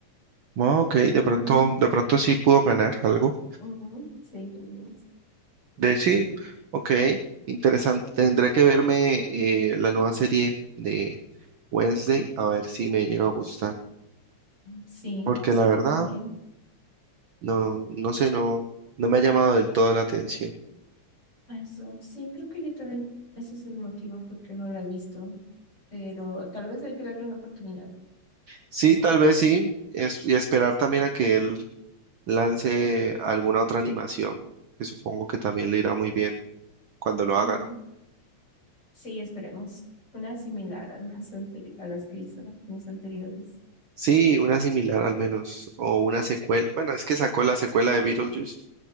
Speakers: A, on the right; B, on the left.
A: Ah, ok, de pronto,
B: Mm,
A: de pronto sí pudo ganar algo.
B: <laughs> ujú, sí, también.
A: De sí, ok, interesante. Tendré que verme eh, la nueva serie de Wednesday a ver si me llega a gustar,
B: Sí,
A: porque
B: sí,
A: la verdad,
B: yo también.
A: no, no sé, no, no me ha llamado del todo la atención.
B: Eso, sí, creo que yo también, ese es el motivo por qué no la he visto, pero tal vez hay que darle una oportunidad,
A: Sí,
B: no sé.
A: tal vez sí, es, y esperar también a que él lance alguna otra animación, que supongo que también le irá muy bien cuando lo haga,
B: Mm,
A: ¿no?
B: Sí, esperemos. Una similar a las, anteri- a las que hizo las anteriores.
A: Sí, una similar al menos, o una secuela. Bueno, es que sacó la secuela de Beetlejuice,